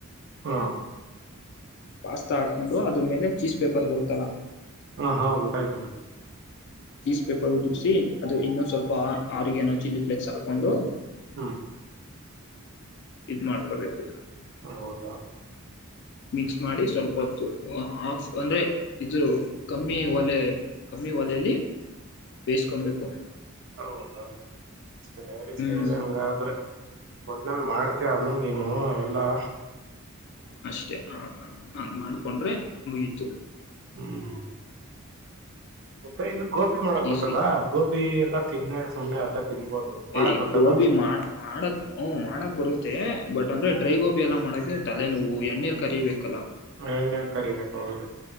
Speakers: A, on the right (about 55°); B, on the left (about 55°).
A: ಹಾ
B: ಪಾಸ್ತಾ ಹಾಕೊಂಡು ಅದ್ರ ಮೇಲೆ ಚೀಸ್ ಪೇಪರ್ ಬರುತ್ತಲ್ಲ
A: ಹ ಹಾ ಗೊತ್ತಾಯ್ತು.
B: ಚೀಸ್ ಪೇಪರ್ ಉದುರ್ಸಿ ಅದು ಇನ್ನೊಸ್ವಲ್ಪ ಆ ಆರಿಗೇನೂ ಚಿಲ್ಲಿ ಪ್ಲೆಕ್ಸ್ ಹಾಕೊಂಡು
A: ಹ್ಮ
B: ಇದ್ ಮಾಡ್ಕೊಬೇಕು.
A: ಹ ಹೌದಾ
B: ಮಿಕ್ಸ್ ಮಾಡಿ ಸ್ವಲ್ಪ ಹೊತ್ತು ಆಫ್ ಅಂದ್ರೆ ಇದು ಕಮ್ಮಿ ಒಲೆ ಕಮ್ಮಿ ಒಲೆಲಿ ಬೇಯಿಸ್ಕೊಂಬೇಕು.
A: ಹೌದಾ ಸರಿ
B: ಹ್ಮ್
A: ಸರಿ ಹಂಗಾದ್ರೆ. ಒಟ್ನಲ್ಲಿ ಮಾಡ್ತಿಯ ಅನ್ನು ನೀನು ಅವೆಲ್ಲಾ.
B: ಅಷ್ಟೇ ಹಾಗ್ ಮಾಡ್ಕೊಂಡ್ರೆ ಮುಗೀತು.
A: ಹ್ಮ್ ಮತ್ತೆ ಇದು ಗೋಬಿ ಮಾಡಕ್ ಬತ್ತದಾ
B: ಈಸಿ
A: ಗೋಬಿ ಎಲ್ಲ ತಿನ್ನದು ಸುಮ್ನೆ ಅಲ್ಲ. ತಿನ್ಬೋದು ಮಾಡಕ್
B: ಈ
A: ಗೊತ್ತದ
B: ಗೋಬಿ ಮಾಡ ಮಾಡಕ್ ಹುಂ ಮಾಡಕ್ ಬರುತ್ತೆ ಬಟ್ ಅಂದ್ರೆ ಡ್ರೈ ಗೋಬಿ ಎಲ್ಲ ಮಾಡಕ್ಕೆ ತಲೆ ನೋವು ಎಣ್ಣೆಲ್ ಕರಿಬೇಕ್
A: ಎಣ್ಣೇ ಕರಿಬೇಕು ಹೌದು